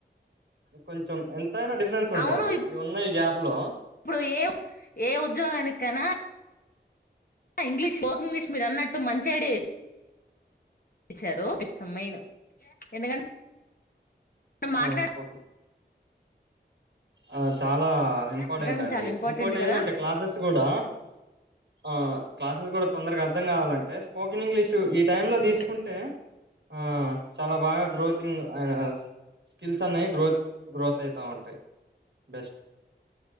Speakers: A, on the right (about 75°); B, on the left (about 55°).
A: కొన్ చం ఎంతైనాడిఫరెన్స్ ఉంటుది
B: అవును
A: ఈ ఉన్న ఈ గ్యాప్ లో
B: ఇప్పుడు ఏ ఏ ఉద్యోగాని కైన ఇంగ్లీష్ స్పోక్ ఇంగ్లీష్ మీరు అన్నట్టు మంచి ఐడియ చ్చారు ఇస్ ది మెయిన్ ఎందుకంటే మనం మాట్లాడ
A: ఆ ఒకే ఆ చాలా ఇంపార్టెంట్
B: మాట్లాడడం
A: అండి
B: చాలా ఇంపార్టెంట్
A: ఇంకోటి ఏంటంటే
B: కదా
A: క్లాసెస్ కూడా ఆ క్లాసెస్ కూడా తొందరగా అర్థం కావాలంటే స్పోకెన్ ఇంగ్లీషు టైమ్ లో తీసుకుంటే
B: ఓకే
A: ఆ చాలా బాగా గ్రోతింగ్ ఆయన స్కిల్స్ అనేవి గ్రోత్ గ్రోత్ అయితా ఉంటాయి బెస్ట్